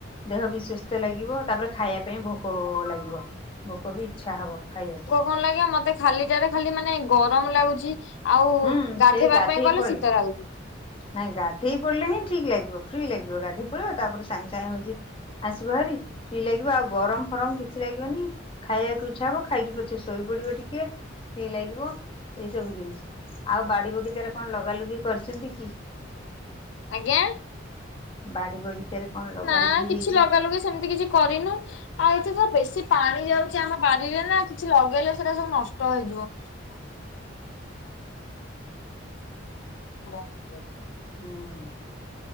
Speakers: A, on the left (about 25°); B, on the left (about 70°).
A: ଦେହ ବି ସୁସ୍ଥ ଲାଗିବ ତାପରେ ଖାଇବା ପାଇଁ ଭୋକ ଲାଗିବ। ଭୋକ ବି ଇଚ୍ଛା ହବ ଖାଇବା ପାଇଁ।
B: ଭଲ ଲାଗେ ମତେ ଖାଲି ଟାରେ ଖାଲି ମାନେ ଗରମ୍ ଲାଗୁଚି ଆଉ
A: ହୁଁ
B: ଗାଧେଇବା
A: ସେଇ ଗାଧେଇ
B: ପାଇଁ ଗଲେ
A: ପଡିଲେ
B: ଶୀତ ଲାଗୁଚି।
A: ନାଇଁ ଗାଧେଇ ପଡିଲେ ହିଁ ଠିକ୍ ଲାଗିବ ଫ୍ରି ଲାଗିବ ଗାଧେଇ ପଡିବ ତାପରେ ସାଙ୍ଗେ ସାଙ୍ଗେ ହଉଚି ଆସିବ ଭାରି ଫ୍ରି ଲାଗିବ ଆଉ ଗରମ୍ ଫରମ୍ କିଛି ଲାଗିବନି ଖାଇବାକୁ ଇଚ୍ଛା ହବ ଖାଇକି ପଛେ ଶୋଇ ପଡିବ ଟିକେ ଫ୍ରି ଲାଗିବ ଏଇ ସବୁ ଜିନିଷ ଆଉ ବାଡି ବଗିଚାରେ କଣ ଲଗା ଲୁଗି କରିଚନ୍ତି କି?
B: ଆଜ୍ଞା।
A: ବାଡ଼ି ବଗିଚାରେ କଣ ଲଗାଲୁଗି
B: ନା କିଛି
A: ହେଇଛି
B: ଲଗା ଲୁଗି ସେମିତି କିଛି କରିନୁ। ଆଉ ଏଠିତ ବେଶୀ ପାଣି ଯାଉଚି ଆମ ବାଡିରେ ନା କିଛି ଲଗେଇଲେ ସେଟା ସବୁ ନଷ୍ଟ ହେଇଯିବ। <unintelligible>
A: ହୁଁ।